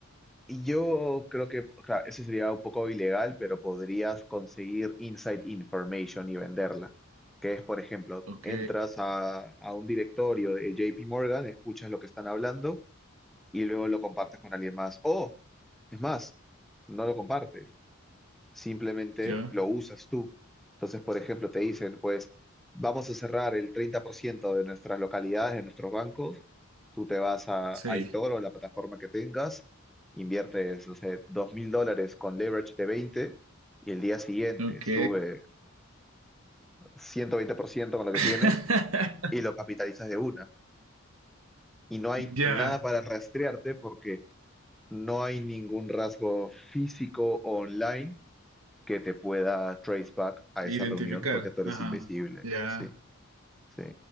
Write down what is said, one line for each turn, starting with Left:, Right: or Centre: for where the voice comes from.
Centre: Y yo creo que, claro, eso sería un poco ilegal, pero podrías conseguir inside information y venderla. Que es, por ejemplo,
Right: Ok,
Centre: entras a, a un directorio de JP Morgan, escuchas lo que están hablando y luego lo compartes con alguien más. O, es más, no lo compartes, simplemente
Right: yo.
Centre: lo usas tú. Entonces, por ejemplo, te dicen, pues, vamos a cerrar el 30% de nuestras localidades, de nuestros bancos, tú te vas a,
Right: Sí.
Centre: a eToro, la plataforma que tengas, inviertes, no sé, dos mil dólares con leverage de 20 y el día siguiente
Right: Ok.
Centre: sube 120% con lo que
Right: <laughs>
Centre: tienes y lo capitalizas de una. Y no hay
Right: Ya.
Centre: nada para rastrearte porque No hay ningún rasgo físico o online que te pueda trace back a
Right: Identificar,
Centre: esa reunión porque tú eres
Right: ajá,
Centre: invisible.
Right: ya,
Centre: Sí, sí.